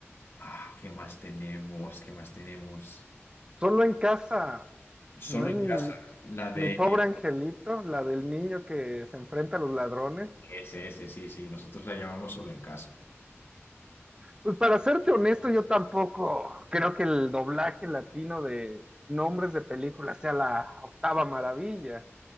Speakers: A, on the left (about 60°); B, on the right (about 20°).
A: Ah, ¿qué más tenemos? ¿Qué más tenemos?
B: Solo en casa.
A: Solo
B: No es
A: en
B: mi,
A: Casa, la de
B: mi pobre angelito, la del niño que se enfrenta a los ladrones.
A: SS, sí, sí, nosotros la llamamos Solo en Casa.
B: Pues para serte honesto, yo tampoco creo que el doblaje latino de nombres de películas sea la octava maravilla.